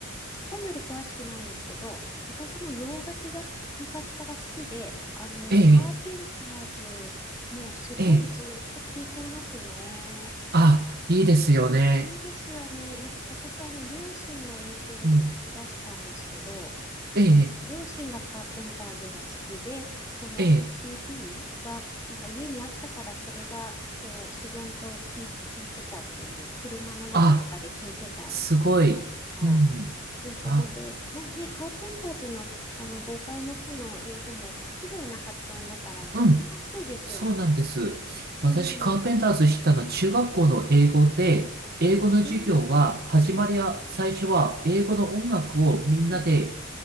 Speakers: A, on the left (about 15°); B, on the right (about 50°).
A: そこまで詳しくないんですけど、私も洋楽が昔から好きで、あの、
B: ええ、
A: カーペンターズ、もうすごいずっと聞いてますね。
B: ええ、あ、いいですよね。
A: うんいいんですよね。いや、私、あの、両親の影響で聞き出したんですけど、
B: うん、ええ、
A: 両親がカーペンターズが好きで、その
B: ええ、
A: CD がなんか家にあったからそれがこう自然と聞い、聞いてたっていう、車の中とかで聞いてた
B: あ、すごい。
A: の。
B: うん、
A: でもそれで、
B: あ、
A: な、ね、カーペンターズの、あのボーカルの人の英語もこう綺麗な発音だから聞きやすいですよね。
B: うん。そうなんです。私、
A: うん。
B: カーペンターズ知ったのは中学校の英語で、英語の授業は、
A: えー、
B: 始まりは、
A: はい。
B: 最初は英語の音楽をみんなで
A: うん。うん